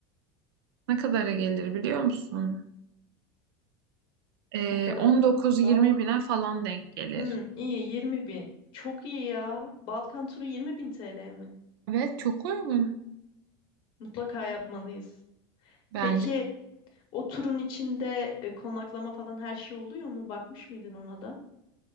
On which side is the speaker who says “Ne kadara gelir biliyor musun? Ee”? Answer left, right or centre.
Right